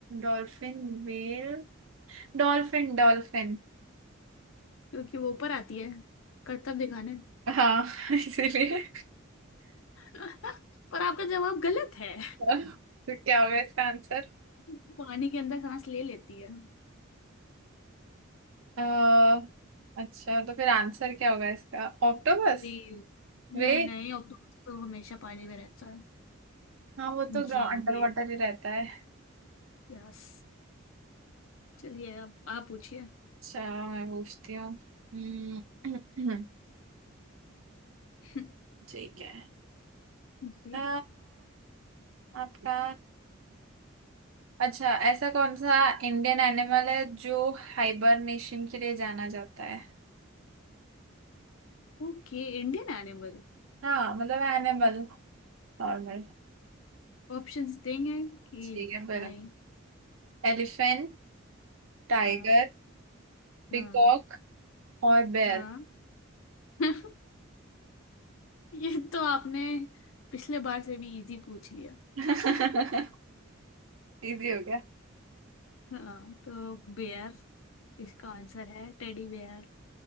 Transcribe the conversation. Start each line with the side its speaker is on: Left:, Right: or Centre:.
Right: डॉल्फिन व्हेल डॉल्फिन डॉल्फिन
Left: क्योंकि वो ऊपर आती है करतब दिखाने
Right: हाँ <laughs> इसीलिए
Left: <laughs> पर आपका जवाब गलत है
Right: तो क्या होगा इसका आंसर
Left: <laughs> पानी के अंदर सांस ले लेती है
Right: अ, अच्छा तो फिर आंसर क्या होगा इसका ऑक्टोपस
Left: व्हेल
Right: वे
Left: नहीं नहीं ऑक्टोपस तो हमेशा पानी में रहता है
Right: हाँ वो तो
Left: जी
Right: अंडर
Left: व्हेल
Right: वाटर ही रहता है
Left: यस चलिए अब आप पूछिए
Right: अच्छा मैं पूछती हूँ हम्म,
Left: <laughs>
Right: <clears throat> ठीक है
Left: जी
Right: अ, आपका अच्छा ऐसा कौन सा इंडियन एनिमल है जो हाइबरनेशन के लिए जाना जाता है
Left: Okay Indian animal
Right: हाँ मतलब एनिमल नॉर्मल
Left: ऑप्शंस देंगे कि
Right: ठीक है फिर
Left: नहीं
Right: एलिफेंट टाइगर
Left: हाँ
Right: पिकॉक
Left: हाँ
Right: और बेयर
Left: हाँ <laughs> ये तो आपने पिछले बार से भी इजी पूछ लिया
Right: <laughs>
Left: <laughs>
Right: इजी हो गया
Left: हाँ तो बेयर इसका आंसर है टेडी बेयर